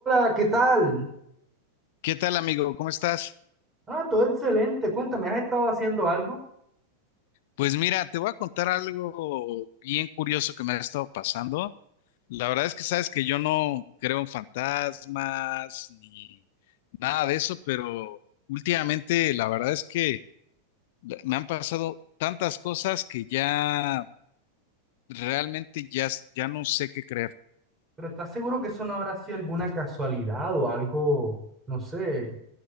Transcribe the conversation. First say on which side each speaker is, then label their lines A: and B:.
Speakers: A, on the right; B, on the left.
A: Hola, ¿qué tal?
B: ¿Qué tal, amigo? ¿Cómo estás?
A: Ah, todo excelente. Cuéntame, ¿has estado haciendo algo?
B: Pues mira, te voy a contar algo bien curioso que me ha estado pasando. La verdad es que sabes que yo no creo en fantasmas ni nada de eso, pero últimamente la verdad es que me han pasado tantas cosas que ya realmente ya, ya no sé qué creer.
A: Pero ¿estás seguro que eso no habrá sido alguna casualidad o algo, no sé,